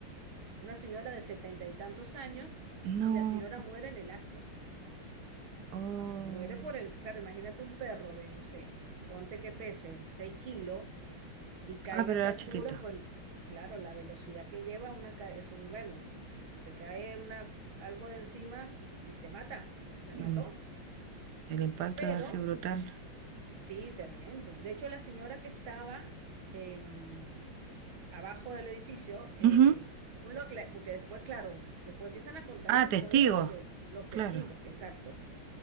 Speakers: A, on the right; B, on the right.
A: una señora de setenta y tantos años,
B: No,
A: y la señora muere en el acto.
B: oh.
A: Ah, muere por el, claro, imagínate un perro de, no sé, ponte que pese 6 kilos y caiga
B: Ah, pero
A: a esa
B: era
A: altura,
B: chiquito.
A: pues claro, la velocidad que lleva una, ca- es un, bueno, te cae una, algo de encima y te mata, la
B: Mm,
A: mató,
B: El impacto
A: pero
B: de haber sido brutal.
A: sí, tremendo. De hecho, la señora que estaba em, abajo del edificio, eh,
B: Ujú.
A: según lo acla- porque después, claro, después empiezan a contar
B: Ah,
A: las historias
B: testigo.
A: los que, los testigos,
B: Claro.
A: que exacto.